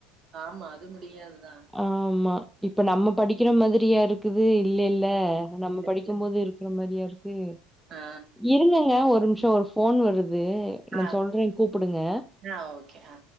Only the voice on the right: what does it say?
ஆம்மா அது முடியாதுதா
இல்ல
இல்ல
ஆ
ஆ
ஆ ஓக்கே ஆ